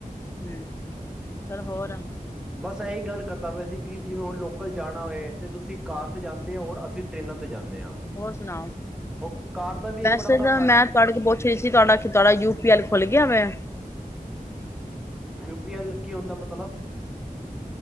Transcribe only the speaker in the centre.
ਬਸ ਇਹੀ ਗੱਲ ਕਰਦਾ ਪਿਆ ਸੀ ਕਿ ਜਿਵੇਂ ਹੁਣ ਲੋਕਲ ਜਾਣਾ ਹੋਏ ਤੇ ਤੁਸੀਂ ਕਾਰ 'ਤੇ ਜਾਂਦੇ ਹੋ ਹੋਔਰ ਅਸੀਂ ਟ੍ਰਰੇਨਾਂ 'ਤੇ ਜਾਂਦੇ ਹਾਂ
ਉਹ ਕਾਰ ਦਾ ਵੀ
ਇੱਕ ਬੜਾ ਬੜਾ
ਫ
ਯੂਪੀ ਐਲ ਕੀ ਹੁੰਦਾ ਮਤਲਬ